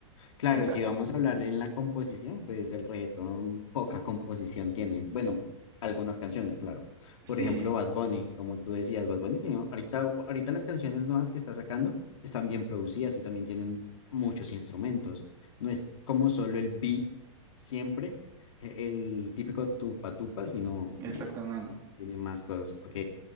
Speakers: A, on the left; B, on the right.
A: Claro,
B: En ca-
A: si vamos a hablar en la composición, pues el reggaetón poca composición tiene. Bueno, algunas canciones, claro.
B: sí,
A: Por ejemplo, Bad Bunny, como tú decías, Bad Bunny tiene, ahorita, ahorita las canciones nuevas que está sacando están bien producidas y también tienen muchos instrumentos. No es como solo el beat siempre, e- el típico tupa tupa, sino
B: exactamente.
A: como que tiene más cosas. Ok,